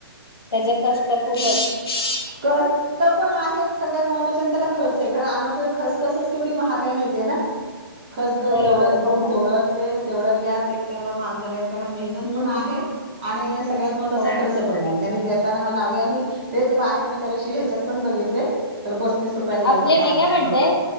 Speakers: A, on the left; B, on the right.
A: त्याचे कष्ट खूपच
B: कर्ष्ट पण आहेत सगळ्यात महत्त्वाचे आणि त्याला खर्च आहे कारण अन खसखसच केवढी महागय माहिती आहे ना खसखस
A: बरोबर
B: तेवढाच गूळ
A: हो ना
B: तेवढं तेल तेवढा गॅस एकतर एवढा महाग झाला त्याला मेहनत
A: हम्म
B: पण आहे आणि सगळ्यात महत्त्वाचा
A: हो
B: खर्च
A: हो
B: पण आहे आणि त्यानी देताना म लाव आणि तेच बाहेर मी त्यदिवशी ह्याच्यात पण बघितलं तर पस्तीस रुपयाला
A: आपले
B: एक होता
A: मी
B: आंब्या
A: काय म्हणतेय